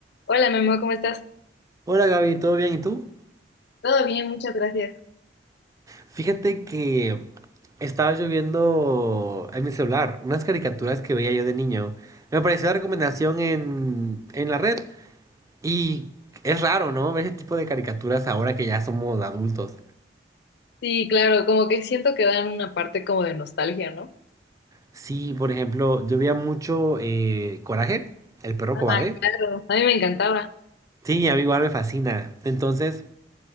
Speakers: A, on the left; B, on the right.
A: Hola, Memo, ¿cómo estás?
B: Hola Gaby, ¿todo bien? ¿Y tú?
A: Todo bien, muchas gracias.
B: Fíjate que estaba yo viendo en mi celular unas caricaturas que veía yo de niño. Me apareció la recomendación en, en la red y es raro, ¿no? Ver ese tipo de caricaturas ahora que ya somos adultos.
A: Sí, claro, como que siento que dan una parte como de nostalgia, ¿no?
B: Sí, por ejemplo, yo veía mucho eh, Coraje, el perro cobarde.
A: Ah, claro. A mí me encantaba.
B: Sí, a mí igual me fascina. Entonces,